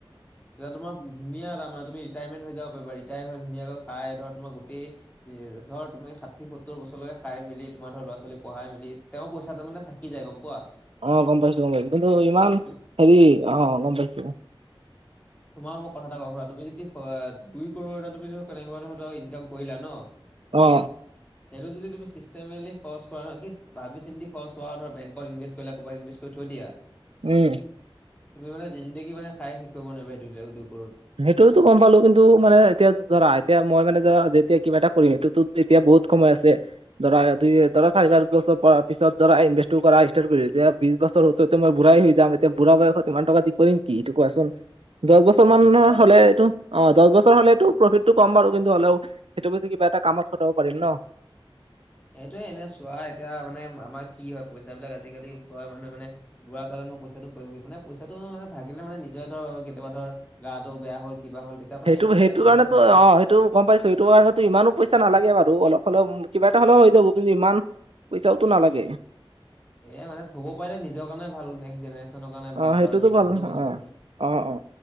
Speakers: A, on the left; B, on the right.
A: এতিয়া তোমাৰ ধুনীয়া ত মানে তুমি ৰিটাৰেণ্ট হৈ যাব পাৰিবা ৰিটায়াৰ হৈ ধুনীয়াকৈ খাই ধৰ তোমাৰ গোটেই চৰত তুমি ষাঠি সত্তৰ বছৰলৈকে খাই মেলি তোমাৰ ধৰ ল'ৰা ছোৱাল পঢ়াই মেলি তেওঁ পইচাটো মানে থাকি যায় গম পোৱা
B: অ গম পাইছো গম পাইছো কিন্তু ইমান
A: তো-
B: হেৰি অ গম পাইছো
A: তোমাৰ মোক কথা এটা কও শুনা তুমি যদি দুই কৰোৰ এটা তুমি কেনেকুৱা ধৰ ইনকাম কৰিলা ন
B: অ
A: এইটো যদি তুমি চিষ্টেমেলি খৰচ কৰা কি ভাবি চিন্তি খৰচ কৰা ধৰা বেংক ইনভেষ্ট কৰিলা কৰবাত ইনভেষ্ট। থৈ দিয়া।
B: উম।
A: তুমি মানে জিন্দেগী মানে খাই শেষ কৰিব নোৱাৰিবা সেইটো
B: সেইটোৱেটো গম পালোঁ কিন্তু। টো মানে এতিয়াটো ধৰা এতিয়া মই মানে ধৰা যেতিয়া কিবা এটা কৰিম, সেইটোতো তেতিয়া বহুত সময় আছে। ধৰা, ধৰা চাৰি-পাঁচ বছৰ পিছত ধৰা ইনভেষ্টটো কৰা ষ্টাৰ্ট কৰিলো, তেতিয়া বিশ বছৰ হ'ল। টো মই বুঢ়াই হৈ যাম, এতিয়া বুঢ়া বয়সত ইমান টকা দি কৰিম কি, এইটো কোৱাচোন? দহ বছৰ।
A: সেইটো
B: <unintelligible>
A: হয়
B: হ'লে এইটো। অ', দহ বছৰ হ'লেটো প্ৰফিটটো কম বাৰু, কিন্তু হ'লেও সেইটো বেচি, কিবা এটা কামত খটাব পাৰি ন।
A: সেইটোয়ে এনে চোৱা, এতিয়া মানে আমাৰ কি হয় পইচাবিলাক আজিকালি ঘৰ মানুহে মানে বুঢ়া কালত মই পইচাটো কৰিম কি, মানে পইচাটো মানে থাকিলে মানে, নিজে ধৰ, কেতিয়াবা ধৰ গাটো বেয়া হ'ল, কিবা হ'ল তেতিয়া মানে
B: সেইটো,
A: ইমান
B: সেইটো
A: মানে পইচা
B: কাৰণেতো
A: যাক
B: অ'।
A: তাক
B: এইটো গম পাইছো, সেইটো কাৰণেতো, ইমানও পইচা নালাগে বাৰু, অলপ হ'লেও কিবা এটা হ'লেও হৈ যাব। কিন্তু, ইমান পইচাওতো নালাগে।
A: এ মানে, থ'ব পাৰিলে নিজৰ কাৰণে ভাল। Next generation. কাৰণে ভাল,
B: অ সেইটোতো
A: ধৰ এনে
B: ভাল
A: কথাটো কৈছো,
B: অ
A: কথাটো।
B: অ অ